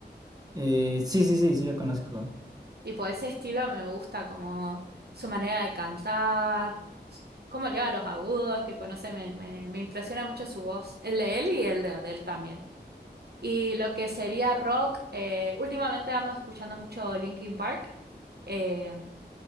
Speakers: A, on the right; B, on the right.
A: Eh, sí, sí, sí, sí, la conozco.
B: Tipo, ese estilo me gusta como su manera de cantar, s- cómo llega a los agudos, tipo, no sé, me, me, me impresiona mucho su voz, el de él y el de Adele también. Y lo que sería rock, eh, últimamente ando escuchando mucho Linkin Park. eh,